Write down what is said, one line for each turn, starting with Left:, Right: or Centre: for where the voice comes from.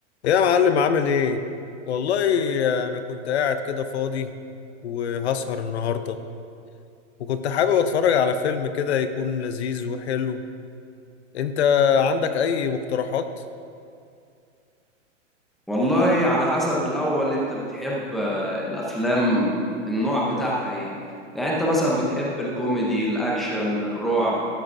Left: يا معلم عامل ايه؟ والله انا كنت قاعد كده فاضي وهسهر النهارده وكنت حابب اتفرج على فيلم كده يكون لذيذ وحلو انت عندك اي مقترحات؟
Centre: والله على حسب الأول أنت بتحب آه، الأفلام النوع بتاعها إيه يعني أنت مثلا بتحب الكوميدي الأكشن الرعب